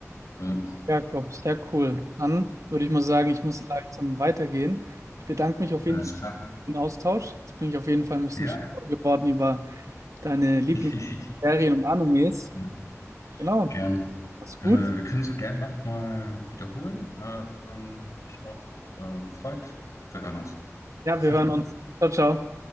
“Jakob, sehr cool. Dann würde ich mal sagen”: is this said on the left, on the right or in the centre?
Right